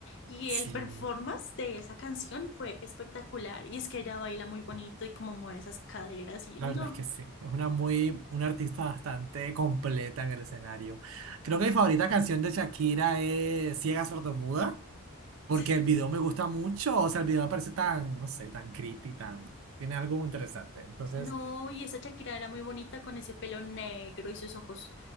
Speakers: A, on the left (about 55°); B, on the right (about 70°).
A: Y
B: Sí.
A: el performance de esa canción fue espectacular. Y es que ella baila muy bonito y como mueve esas caderas y
B: La
A: no.
B: verdad es que sí, es una muy, una artista bastante completa en el escenario. Creo que mi favorita canción de Shakira es Ciega Sordomuda, porque
A: Sí, sí,
B: el
A: sí.
B: video me gusta mucho, o sea, el video me parece tan, no sé, tan creepy, tan, tiene algo interesante. Entonces,
A: No, y esa Shakira era muy bonita con ese pelo negro y sus ojos.